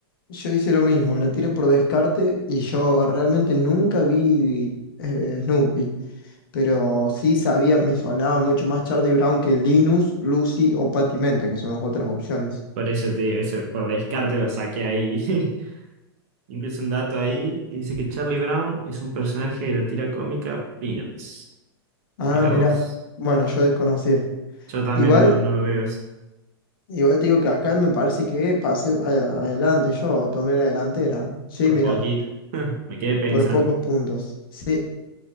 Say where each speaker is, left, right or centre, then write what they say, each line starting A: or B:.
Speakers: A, on the left (about 60°); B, on the right (about 40°).
A: Yo hice lo mismo, la tiré por descarte y yo realmente nunca vi eh, Snoopy, pero sí sabía, me sonaba mucho más Charlie Brown que Linus, Lucy o Patty Menta, que son las otras opciones.
B: Por eso te digo, eso, por descarte lo saqué ahí. <laughs> Incluso un dato ahí que dice que Charlie Brown es un personaje de la tira cómica Peanuts.
A: Ah,
B: Mira
A: mirá,
B: vos.
A: bueno, yo desconocía.
B: Yo también
A: Igual,
B: no, no lo veo eso,
A: igual te digo que acá me parece que pasé a- adelante yo, tomé la delantera. Sí,
B: por
A: mirá,
B: poquito. <laughs> Me quedé pensando.
A: por pocos puntos. Sí.